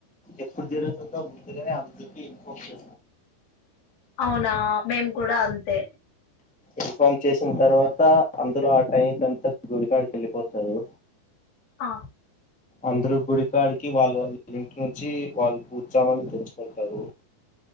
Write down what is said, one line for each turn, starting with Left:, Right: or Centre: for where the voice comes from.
Centre: ఎప్పుడు జరుగుతుంద తెరివాంతికి పోయి
Left: అవునా మేము కూడా అంతే
Centre: ఇన్ఫామ్ చేసిన తర్వాత అందర ఆ టైం క అంతా గుడికాడికి వ ఎళ్ళిపోతారు
Left: ఆ
Centre: అందరూ గుడికాడికి వాళ్ళు వాళ్ళ ఇంటి నుంచి వాళ్ళు పూజమాను తెచ్చుకుంటారు.